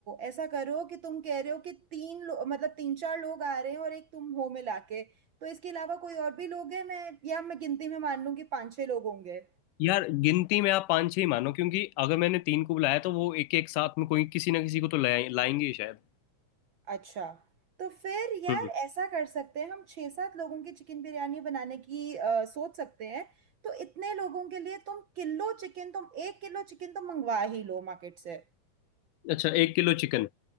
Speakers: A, on the right; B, on the left.
A: ऐसा करो कि तुम कह रहे हो कि तीन लो- मतलब तीन चार लोग आ रहे हैं और एक तुम हो मिला के तो इसके अलावा कोई और भी लोग हैं मैं या मैं गिनती में मान लूं कि पाँच छह लोग होंगे
B: यार गिनती में आप पाँच छह ही मानो क्योंकि अगर मैंने तीन को बुलाया तो वो एक एक साथ में कोई किसी ना किसी को तो लाए, लाएंगे ही शायद
A: अच्छा तो फिर यार
B: हम्म
A: ऐसा कर सकते हैं हम छह सात लोगों की चिकन बिरयानी बनाने की अ, सोच सकते हैं तो इतने लोगों के लिए तुम किलो चिकन तुम एक किलो चिकन तो मंगवा ही लो मार्केट से
B: अच्छा एक किलो चिकन